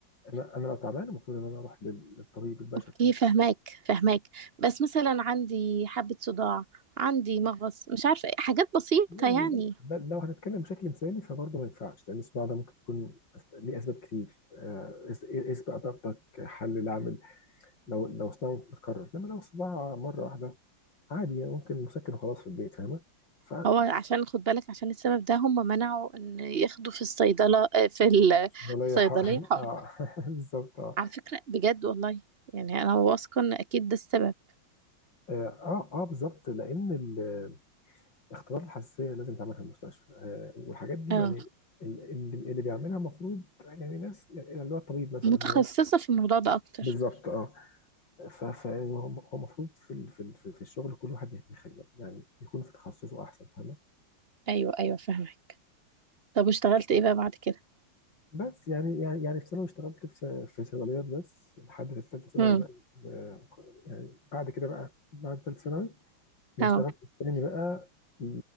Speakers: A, on the left; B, on the right.
A: انا انا لو تعبان المفروض ان انا اروح لل- للطبيب البشري
B: اوكي
A: الدكتور
B: فهماك فهماك بس مثلا عندي حبه صداع عندي مغص مش عارفه إيه، حاجات بسيطه
A: يعني
B: يعني
A: لو لو هنتكلم بشكل مثالي فبرضه ما ينفعش لان الصداع ده ممكن يكون أس- ليه اسباب كتير آه، اس- إيه- إيه اسبق ضغطك حل العمل لو لو صداع متكرر انما لو صداع مره واحده عادي يعني ممكن مسكن وخلاص في البيت فاهمه ف
B: هو عشان خد بالك عشان السبب ده هم منعوا ان ياخدوا في الصيدله آه، في
A: ولا
B: الصيدليه
A: يح... <laughs>
B: حقن
A: اه <laughs> بالظبط اه
B: على فكره بجد والله يعني انا واثقه ان اكيد ده السبب
A: اه اه بالظبط لان ال- اختبارات الحساسيه لازم تعمل في المستشفى آه والحاجات دي
B: اه
A: يعني ال- اللي اللي بيعملها المفروض يعني ناس يعني اللي هو الطبيب مثلا
B: متخصصه
A: اللي هو
B: في الموضوع ده اكتر
A: بالظبط اه فهو المفروض في ال- في ال- في في الشغل كل واحد يخلي يعني يكون في تخصصه احسن فاهمه
B: ايوه ايوه فاهمك طب واشتغلت ايه بقى بعد كده
A: بس يعني يعني يعني في ثانوي اشتغلت في في صيدليات بس لحد ثالثه ثانوي
B: امم
A: بقى آه، يعني بعد كده بقى بعد ثالثه ثانوي ما
B: اه
A: اشتغلتش تاني بقى م،